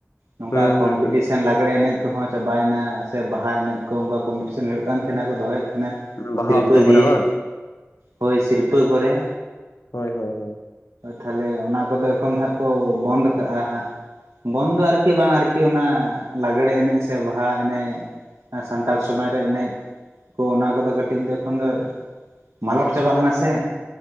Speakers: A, on the right; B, on the left.
A: ᱱᱚᱝᱼᱠᱟ
B: ᱦᱩᱸ
A: ᱠᱚᱢᱯᱤᱴᱤ
B: ᱦᱩᱸ ᱦᱩᱸ
A: ᱥᱮᱱ ᱞᱟᱜᱽᱲᱮ ᱮᱱᱮᱡ, ᱠᱚᱦᱚᱸ ᱪᱟᱵᱟᱭᱮᱱᱟ ᱥᱮ ᱵᱟᱦᱟ ᱮᱱᱮᱡ ᱠᱚ ᱚᱱᱠᱟ ᱠᱚᱢᱯᱤᱴᱤᱥᱮᱱ ᱦᱩᱭᱩᱜ ᱠᱟᱱ ᱛᱟᱦᱮᱱᱟ ᱠᱚ ᱫᱚᱦᱚᱭᱮᱫᱼᱼ ᱛᱟᱦᱮ
B: ᱵᱟᱦᱟ
A: ᱥᱤᱨᱯᱟᱹ
B: ᱚᱠᱛᱚ ᱠᱚᱨᱮ
A: ᱫᱤᱭᱮ
B: ᱵᱟᱝ?
A: ᱦᱚᱭ ᱥᱤᱨᱯᱟᱹ ᱠᱚᱨᱮᱼᱼ
B: ᱦᱳᱭ ᱦᱳᱭ ᱦᱳᱭ᱾
A: ᱛᱟᱦᱞᱮ ᱚᱱᱟ ᱠᱚᱫᱚ ᱮᱠᱷᱚᱱ ᱫᱚ ᱦᱟᱸᱜ ᱠᱩ ᱵᱚᱱᱫ ᱠᱟᱜᱼᱟ ᱦᱟᱸᱜᱼᱼ ᱵᱚᱱᱰ ᱫᱚ ᱟᱨᱠᱤ ᱵᱟᱝ ᱟᱨᱠᱤ ᱚᱱᱟ ᱞᱟᱜᱽᱲᱮ ᱮᱱᱮᱡ ᱥᱮ ᱵᱟᱦᱟ ᱮᱱᱮᱡ, ᱥᱟᱱᱛᱟᱲ ᱥᱚᱢᱟᱡᱽ ᱨᱮ ᱮᱱᱮᱡ ᱠᱩ ᱚᱱᱟ ᱠᱚᱫᱚ ᱠᱟᱹᱴᱤᱡ ᱫᱚ ᱮᱠᱷᱚᱱ ᱫᱚ, ᱢᱟᱞᱚᱴ ᱪᱟᱵᱟᱜ ᱠᱟᱱᱟ ᱥᱮ᱾